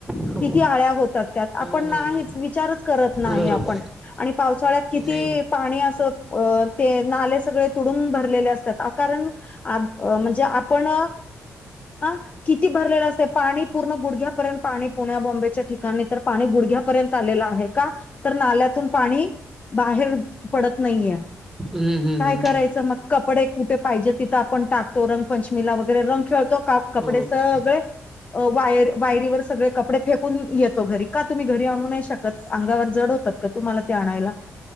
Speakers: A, in the centre; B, on the left.
A: हो
B: किती आळ्या हो आपण
A: हो हो
B: नाही विचारच करत नाही
A: बरोबर
B: आपण
A: आहे.
B: आणि पावसाळ्यात किती
A: नाही ना
B: पाणी अस ते नाले सगळे तुडून भरलेले असतात कारण म्हणजे आपण ह किती भरलेलं असत पाणी पूर्ण गुडघ्यापर्यंत पाणी पुण्या बॉम्बेच्या ठिकाणी तर पाणी गुडघ्यापर्यंत आलेलं आहे का तर नाल्यातून पाणी बाहेर पडत नाहीये
A: हम्म हम्म,
B: काय
A: हम्म.
B: करायचं मग कपडे कुठे पाहिजे तिथं आपण टाकतो रंगपंचमीला वगैरे रंग खेळतो का कपडे
A: बरोबर
B: सगळे वायर वायरीवर सगळे कपडे फेकून येतो घरी का तुम्ही घरी आणू नाही शकत अंगावर जड होतात का तुम्हाला ते आणायला